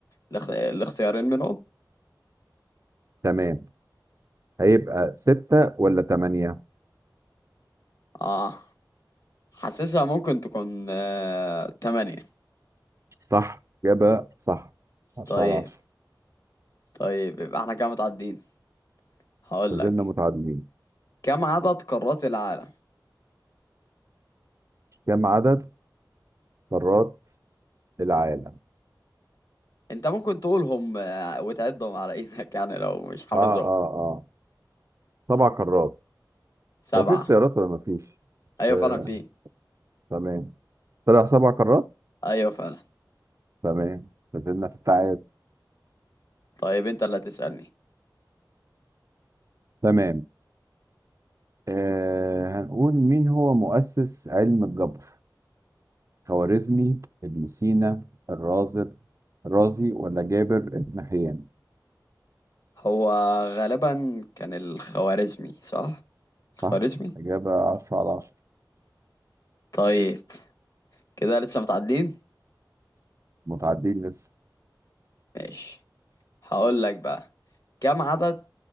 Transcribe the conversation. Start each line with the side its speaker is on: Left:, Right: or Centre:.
Left: الاخ- الاختيارين منهم
Right: تمام هيبقى ستة ولا تمانية؟
Left: اه حاسسها ممكن تكون آه... تمانية
Right: صح إجابة صح 10
Left: طيب
Right: على 10
Left: طيب يبقى احنا كده متعدين هقول
Right: ما
Left: لك
Right: زلنا متعادلين
Left: كم عدد قارات العالم
Right: كم عدد قارات العالم؟
Left: انت ممكن تقولهم آه، وتعدهم على ايدك <laughs> يعني لو مش حافظهم
Right: اه اه اه سبع قارات
Left: سبعة
Right: هو في اختيارات ولا ما فيش؟
Left: ايوه
Right: آه،
Left: فعلا في
Right: تمام طلع سبع قارات؟
Left: ايوه فعلا
Right: تمام ما زلنا في التعادل
Left: طيب انت اللي هتسألني
Right: تمام آه هنقول مين هو مؤسس علم الجبر؟ خوارزمي ابن سينا الرازر الرازي ولا جابر بن حيان؟
Left: هو غالبا كان الخوارزمي صح
Right: صح؟
Left: الخوارزمي
Right: إجابة 10 على 10
Left: طيب كده لسه متعدين
Right: متعادلين لسه
Left: ماشي هقول لك بقى كم عدد